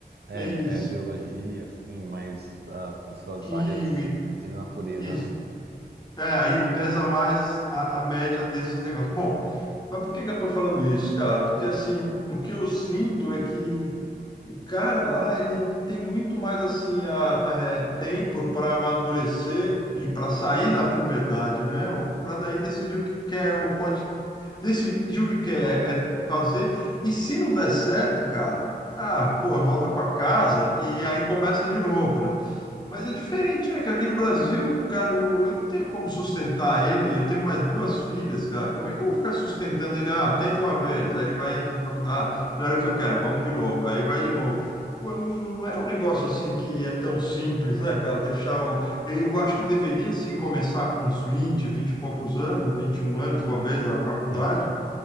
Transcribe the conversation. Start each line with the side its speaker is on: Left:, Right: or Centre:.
Right: é,
Left: Isso,
Right: é biologia, assim, mais as suas
Left: química.
Right: áreas de natureza,
Left: Isso.
Right: né?
Left: É, aí ele pesa mais a, a média desses negócios. Bom, mas por que que eu estou falando isso, cara? Porque assim, o que eu sinto é que o cara lá, ele tem muito mais assim a, é, tempo para amadurecer e para sair da puberdade mesmo, para daí decidir o que quer ou pode decidir o que quer é, é fazer. E se não der certo, cara, ah, pô, volta para casa e aí começa de novo, né? Mas é diferente, né, cara? Aqui no Brasil, cara, eu, eu não tenho como sustentar ele. Eu tenho mais duas filhas, cara. Como é que eu vou ficar sustentando ele? Ah, tenta uma vez, aí ele vai entrar na faculdade. Ah, não era o que eu quero, vamos de novo. Aí vai de novo. Pô, não não é um negócio assim que é tão simples, né, cara? Deixar o. Eu acho que deveria sim começar com uns vinte vinte e poucos anos, 21 anos, talvez, a faculdade
Right: Sim,